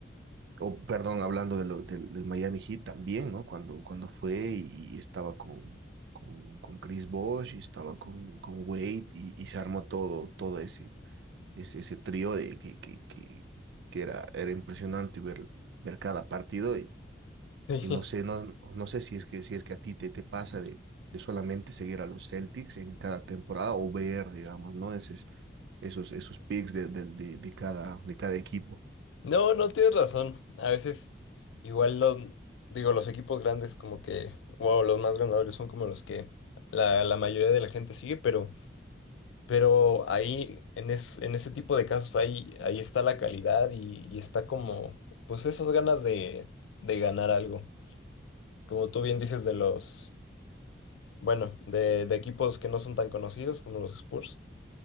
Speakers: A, on the right; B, on the left.
A: o perdón, hablando de lo- del, del Miami Heat también, ¿no? Cuando, cuando fue y estaba con, con, con Chris Bosh y estaba con, con Wade y, y se armó todo, todo ese, ese, ese trío de que, que, que, que era, era impresionante ver ver cada partido y,
B: <laughs>
A: y no sé, no, no sé si es que, si es que a ti te, te pasa de, de solamente seguir a los Celtics en cada temporada o ver, digamos, ¿no? Esos, esos, esos picks de, de, de, de cada, de cada equipo.
B: No, no tienes razón. A veces igual los, digo, los equipos grandes como que, wow, los más ganadores son como los que la, la mayoría de la gente sigue, pero, pero ahí, en, es, en ese tipo de casos, ahí, ahí está la calidad y, y está como, pues esas ganas de, de ganar algo. como tú bien dices, de los, bueno, de, de equipos que no son tan conocidos como los Spurs.